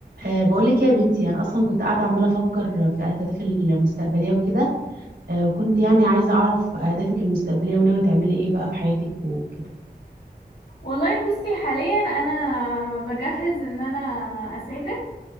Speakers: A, on the right; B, on the left.
A: أه بقولك إيه يا بنتي أنا أصلا كنت قاعدة عمالة أفكر في أهدافي المستقبلية وكده أه وكنت يعني عايزة أعرف أهدافك المستقبلية وناوية تعملي إيه بقى في حياتك وكده
B: والله بصي حاليا انا بجهز ان انا اسافر